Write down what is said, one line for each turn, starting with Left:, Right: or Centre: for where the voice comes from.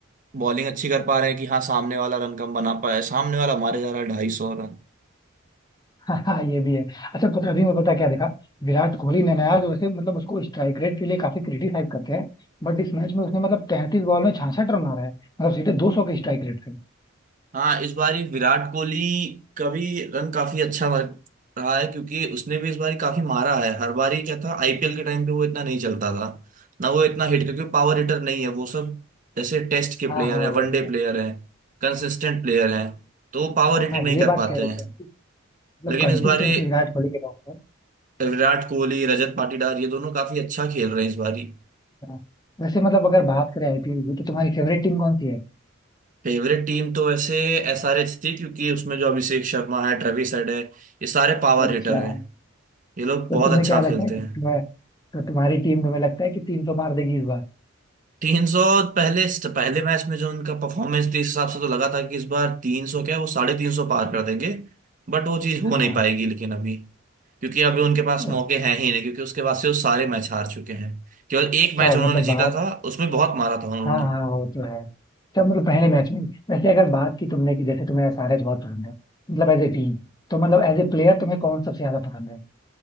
Right: बॉलिंग अच्छी कर पा रहे हैं कि हाँ सामने वाला रन कम बना पाया सामने वाला मारे जा रहा है ढाई सौ रन
Left: हाँ हाँ ये भी है अच्छा पता अभी मैं पता क्या देखा विराट कोहली ने नया जो उसे मतलब उसको स्ट्राइक रेट के लिए काफी क्रिटिसाइज करते हैं बट इस मैच में उसने मतलब तैंतीस बॉल में छियासठ रन मारा है मतलब सीधे दो सौ के स्ट्राइक रेट से
Right: हाँ इस बार ये विराट कोहली का भी रन काफी अच्छा वर्क रहा है क्योंकि उसने भी इस बार काफी मारा है हर बार ही क्या था आईपीएल के टाइम पे वो इतना नहीं चलता था ना वो इतना हिट क्योंकि पावर हिटर नहीं है वो सब जैसे टेस्ट के
Left: हाँ
Right: प्लेयर
Left: हाँ
Right: है
Left: वो
Right: वनडे
Left: तो है
Right: प्लेयर है कंसिस्टेंट प्लेयर है तो वो पावर हिटिंग
Left: हाँ
Right: नहीं
Left: ये
Right: कर
Left: बात
Right: पाते
Left: कह रहे
Right: हैं
Left: हो तुम। मतलब
Right: लेकिन
Left: कंसिस्टेंसी
Right: इस बार ये
Left: विराट कोहली के पास है
Right: विराट कोहली रजत पाटीदार ये दोनों काफी अच्छा खेल रहे हैं इस बार ही
Left: हाँ। वैसे मतलब अगर बात करें आईपीएल की तो तुम्हारी फेवरेट टीम कौन सी है
Right: फेवरेट टीम तो वैसे एसआरएच थी क्योंकि उसमें जो अभिषेक शर्मा है ट्रेविस हेड है ये सारे पावर
Left: अच्छा
Right: हिटर हैं ये लोग
Left: तो
Right: बहुत
Left: तुम्हें
Right: अच्छा
Left: क्या लगता
Right: खेलते
Left: है कि
Right: हैं
Left: तुम्हें तो तुम्हारी टीम तुम्हें लगता है कि तीन सौ मार देगी इस बार
Right: 300 पहले पहले मैच में जो उनका परफॉर्मेंस थी इस हिसाब से तो लगा था कि इस बार 300 क्या वो साढ़े तीन सौ पार कर देंगे बट वो चीज़ हो
Left: हाँ
Right: नहीं पाएगी लेकिन अभी क्योंकि अभी उनके पास
Left: अच्छा
Right: मौके हैं ही नहीं क्योंकि उसके बाद से वो सारे मैच हार चुके हैं केवल एक
Left: अच्छा,
Right: मैच उन्होंने
Left: मतलब
Right: जीता
Left: बात
Right: था उसमें बहुत मारा था उन्होंने
Left: हाँ हाँ वो तो है सब मतलब पहले मैच में वैसे अगर बात की तुमने कि जैसे तुम्हें एसआरएच बहुत पसंद है मतलब एज ए टीम तो मतलब एज ए प्लेयर तुम्हें कौन सबसे ज्यादा पसंद है